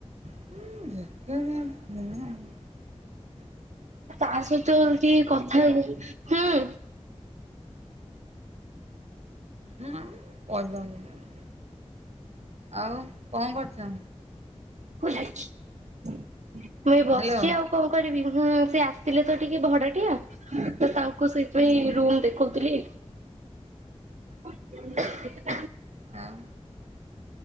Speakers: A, on the right; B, on the right.
A: ଉ ଯେତେହେନେ <unintelligible>
B: ଆଁସହିତ ଟିକେ କଥା ହେଇନି ହୁଁ।
A: ହଁ <unintelligible> ଆଉ କଁ କରୁଚ?
B: ମୁଁ ଏଇ ବସିଚି
A: ହ୍ୟାଲୋ
B: ଆଉ। କଣ କରିବି ହୁଁ ସେ ଆସିଥିଲେତ ଟିକେ ଭଡ଼ା ଟିଆ ତ ତାଙ୍କୁ ସେଇଥିପାଇଁ ରୁମ୍ ଦେଖଉଥିଲି <inaudible>
A: ଆଉ?